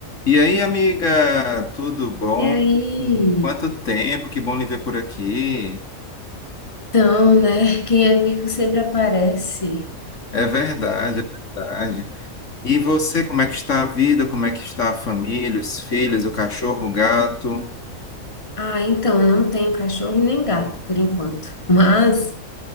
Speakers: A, on the left (about 60°); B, on the left (about 20°).
A: E aí, amiga, tudo bom?
B: E aí?
A: Hum, Quanto tempo, que bom lhe ver por aqui.
B: Então, né? Quem é vivo sempre aparece.
A: É verdade, é verdade. E você, como é que está a vida? Como é que está a família, os filhos, o cachorro, o gato?
B: Ah, então, eu não tenho cachorro e nem gato, por enquanto. Mas